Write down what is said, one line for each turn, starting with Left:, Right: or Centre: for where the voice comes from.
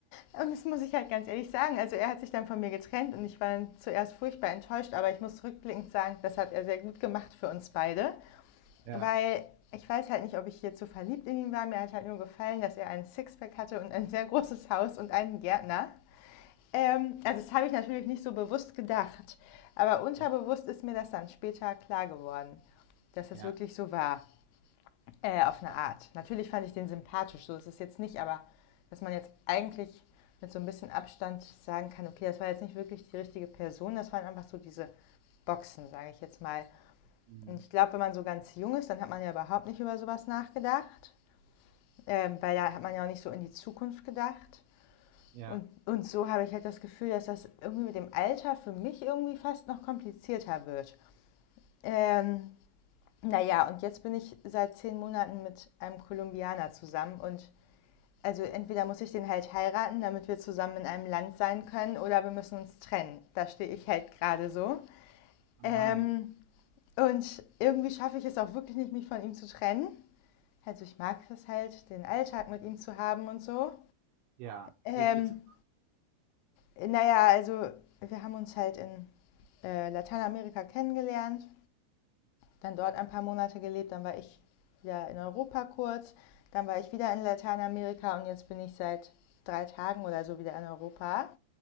Left: und das muss ich halt ganz ehrlich sagen. Also er hat sich dann von mir getrennt und ich war dann zuerst furchtbar enttäuscht, aber ich muss rückblickend sagen, das hat er sehr gut gemacht für uns beide,
Right: ja,
Left: weil ich weiß halt nicht, ob ich hier zu verliebt in ihn war. Mir hat halt nur gefallen, dass er einen Sixpack hatte und ein sehr großes Haus und einen Gärtner. Ähm, also das habe ich natürlich nicht so bewusst gedacht, aber unterbewusst
Right: ja,
Left: ist mir das dann später klar geworden, dass das
Right: ja,
Left: wirklich so war, äh, auf eine
Right: ja,
Left: Art. Natürlich fand ich den sympathisch, so ist es jetzt nicht, aber dass man jetzt eigentlich mit so ein bisschen Abstand sagen kann, okay, das war jetzt nicht wirklich die richtige Person, das waren einfach so diese Boxen, sage ich jetzt mal.
Right: hm,
Left: Und ich glaube, wenn man so ganz jung ist, dann hat man ja überhaupt nicht über sowas nachgedacht, ähm, weil da hat man ja auch nicht so in die Zukunft gedacht.
Right: ja,
Left: Und, und so habe ich halt das Gefühl, dass das irgendwie mit dem Alter für mich irgendwie fast noch komplizierter wird. Ähm, naja, und jetzt bin ich seit zehn Monaten mit einem Kolumbianer zusammen und also entweder muss ich den halt heiraten, damit wir zusammen in einem Land sein können, oder wir müssen uns trennen. Da stehe ich halt gerade so.
Right: oh
Left: Ähm,
Right: nein,
Left: und irgendwie schaffe ich es auch wirklich nicht, mich von ihm zu trennen. Also ich mag es halt, den Alltag mit ihm zu haben und so.
Right: ja,
Left: Ähm,
Right: lebt ihr zusammen?
Left: Naja, also wir haben uns halt in äh, Lateinamerika kennengelernt, dann dort ein paar Monate gelebt, dann war ich wieder in Europa kurz, dann war ich wieder in Lateinamerika und jetzt bin ich seit drei Tagen oder so wieder in Europa.